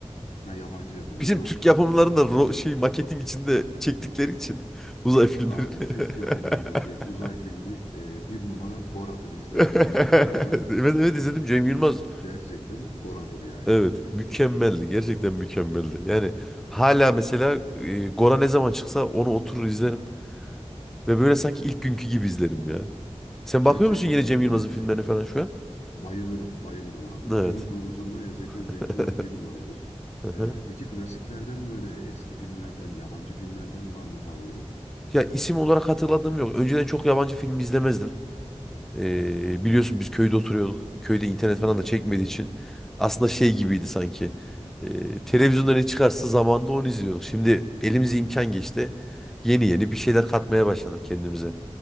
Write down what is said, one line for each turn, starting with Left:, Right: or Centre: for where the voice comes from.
Left: Ha yabancı yapımı.
Centre: Bizim
Left: Yok
Centre: Türk
Left: hiç
Centre: yapımlarında
Left: bilmem abi
Centre: ro-
Left: o zaman.
Centre: şey maketin içinde çektikleri için <laughs> uzay filmleri.
Left: Abi Türk yapımındaki
Centre: <laughs>
Left: uzay filmi e, bir numara Gora'dır. İzledim
Centre: <laughs> Evet
Left: mi bilmiyorum ama
Centre: evet izledim Cem Yılmaz.
Left: gerçekten Gora'dır yani.
Centre: Evet
Left: <laughs>
Centre: mükemmeldi gerçekten mükemmeldi. Yani hala mesela e, Gora ne zaman çıksa onu oturur izlerim. Ve böyle sanki ilk günkü gibi izlerim ya. Sen
Left: Gerçekten
Centre: bakıyor musun yine Cem
Left: ben
Centre: Yılmaz'ın
Left: de aynı
Centre: filmlerine
Left: şekilde.
Centre: falan şu an?
Left: Bayılırım, bayılırım abi.
Centre: Evet.
Left: Film konusunda gerçekten
Centre: <laughs>
Left: Cem Yılmaz bir numaradır.
Centre: Hı hı.
Left: E, peki klasiklerden böyle eski filmlerden, yabancı filmlerden var mı favorin?
Centre: Ya isim olarak hatırladığım yok. Önceden çok yabancı film izlemezdim. Ee,
Left: Hı hı,
Centre: biliyorsun biz köyde oturuyorduk. Köyde internet
Left: hı
Centre: falan
Left: hı,
Centre: da çekmediği için aslında şey gibiydi sanki. Ee, televizyonda ne çıkarsa zamanda onu izliyorduk. Şimdi elimize imkan geçti. Yeni yeni bir şeyler katmaya başladık kendimize.